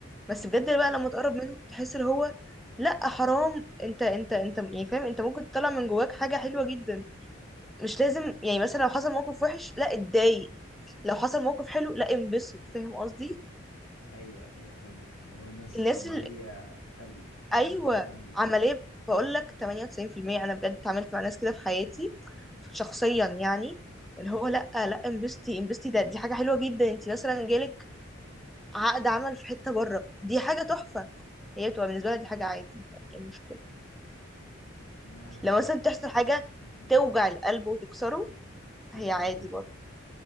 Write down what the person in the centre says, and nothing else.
بس
بجد بقى لما تقرب منهم تحس اللي هو لا حرام انت انت انت يعني فاهم انت ممكن تطلع من جواك حاجه حلوه جدا مش لازم يعني مثلا لو حصل موقف وحش لا اتضايق لو حصل موقف حلو لا انبسط فاهم قصدي
الناس
ايوه
عمليه بقول لك 98% انا بجد اتعاملت مع ناس كده في حياتي شخصيا يعني اللي هو لا لا انبسطي انبسطي ده دي حاجه حلوه جدا انت مثلا جالك عقد عمل في حته بره دي حاجه تحفه هي بتبقى بالنسبه لها دي حاجه عادي يعني ايه المشكله
لو مثلا تحصل حاجه
توجع القلب وتكسره
هي عادي
برضه